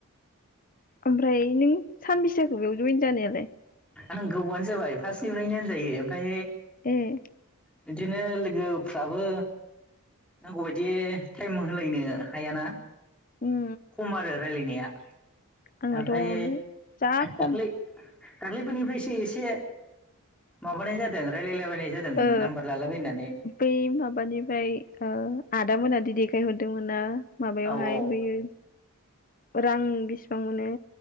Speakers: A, on the left; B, in the centre.
A: ओमफ्राय नों सानबिसेजाखो बेयाव जयेन जानायालाय? <unintelligible>
B: आं गोबावानो जाबाय फार्स्टनिफ्रायनो होनजायो फाय
A: ए
B: बिदिनो लोगोफ्राबो नांगौबायदि टाइम होलायनो हायाना
A: उम
B: खम आरो रायज्लायनाया <inaudible>
A: आंनाथ'
B: ओमफ्राय
A: जा खम
B: दाख्लै दाख्लैफोरनिफ्रायसो एसे माबानाय जादों रायलायलाबायनाय जादों
A: ओ
B: नाम्बार लालाबायनानै
A: बै माबानिफ्राय आदा मोनादि देखायहरदों दोंमोनना? माबायावहाय
B: औ औ
A: बैयो। रां बेसेबां मोनो?